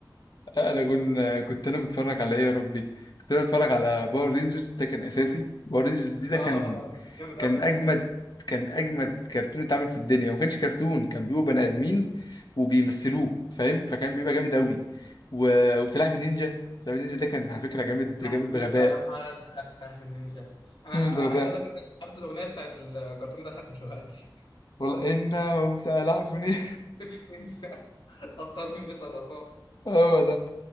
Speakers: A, on the left; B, on the left.
A: اه، انا كنت كنت انا بتفرج على ايه يا ربي كنت انا بتفرج على باور رينجرز ده كان اساسي باور رينجرز دي ده
B: اه
A: كان
B: <laughs> ده كان جامد
A: كان
B: قوي
A: اجمد
B: ده.
A: كان اجمد كرتون اتعمل في الدنيا وما كانش كرتون كان بيبقوا بني ادمين وبيمثلوه فاهم فكان بيبقى جامد قوي و... وسلاحف النينجا سلاحف النينجا ده كان على فكره جامد جامد
B: سلاحف النينجا
A: بغباء
B: يا نهار ازرق سلاحف النينجا انا
A: جامد
B: أنا عايز
A: بغباء
B: اقول لك إن انا حافظ الاغنيه بتاعت الكرتون ده لحد دلوقتي
A: والله انهم سلاحفني
B: <laughs> ابطال مين بصدفه
A: <laughs> هو ده